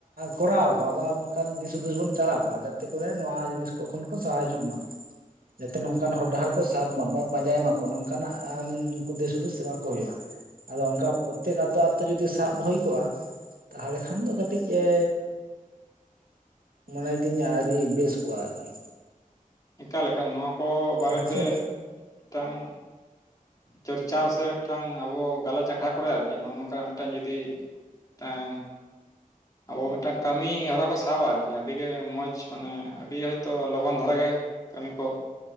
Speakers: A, on the right; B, on the left.
A: ᱠᱚᱨᱟᱣ ᱠᱚᱣᱟ ᱵᱟ ᱚᱱᱠᱟᱱ ᱫᱤᱥ ᱦᱩᱫᱤᱥ ᱵᱚᱱ ᱪᱟᱞ ᱟᱠᱚᱣᱟ ᱡᱟᱛᱮ ᱛᱮ ᱠᱚ ᱨᱮ ᱱᱚᱣᱟ ᱡᱤᱱᱤᱥ ᱠᱚ ᱠᱷᱚᱱ ᱠᱚ ᱥᱟᱦᱟ ᱦᱤᱡᱩᱜ ᱢᱟ᱾ ᱡᱟᱛᱮ ᱱᱚᱝᱠᱟᱱ ᱦᱚᱨ ᱰᱟᱦᱟᱨ ᱠᱚ ᱥᱟᱵ ᱢᱟ ᱵᱟ ᱯᱟᱸᱡᱟᱭ ᱢᱟᱠᱚ ᱱᱚᱝᱠᱟᱱᱟᱜ ᱩᱱᱠᱩ ᱫᱤᱥ ᱦᱩᱫᱤᱥ ᱮᱢᱟ ᱠᱚ ᱦᱳᱭᱳᱜᱼᱟ ᱟᱫᱚ ᱚᱝᱠᱟ ᱯᱚᱛᱮᱠ ᱟᱛᱳ ᱟᱛᱳ ᱡᱩᱫᱤ ᱥᱟᱵ ᱦᱳᱭ ᱠᱚᱜᱼᱟ ᱛᱟᱦᱚᱞᱮ ᱠᱷᱟᱱ ᱫᱚ ᱠᱟᱹᱴᱤᱡ ᱮᱻ ᱢᱚᱱᱮᱭ ᱫᱤᱧᱟ ᱟᱹᱣᱨᱤ ᱵᱮᱥ ᱠᱚᱜᱼᱟ ᱟᱨᱠᱤ᱾
B: ᱮᱠᱟᱞ ᱮᱠᱟᱞ ᱱᱚᱣᱟ ᱠᱚ ᱵᱟᱨᱮ
A: ᱦᱮᱸ
B: ᱛᱮ
A: ᱥᱮ
B: ᱛᱟᱝ ᱪᱚᱨᱪᱟᱣ ᱥᱮ ᱢᱤᱫ ᱴᱟᱝ ᱟᱵᱚ ᱜᱟᱞᱚᱪ ᱟᱠᱷᱲᱟ ᱠᱚ ᱨᱮ ᱟᱨ ᱠᱤ ᱱᱚᱜᱚ ᱱᱚᱝᱠᱟ ᱢᱤᱫ ᱴᱟᱝ ᱡᱩᱫᱤ ᱛᱮᱦᱮᱧ ᱟᱵᱚ ᱢᱤᱫ ᱴᱟᱝ ᱠᱟᱹᱢᱤ ᱦᱚᱨᱟ ᱠᱚ ᱥᱟᱵᱟ ᱟᱨᱠᱤ ᱟᱹᱰᱤ ᱜᱮ ᱢᱚᱡᱽ ᱢᱟᱱᱮ ᱟᱹᱰᱤ ᱦᱳᱭᱛᱚ ᱞᱚᱜᱚᱱ ᱫᱷᱟᱨᱟ ᱜᱮ ᱠᱟᱹᱢᱤ ᱠᱚ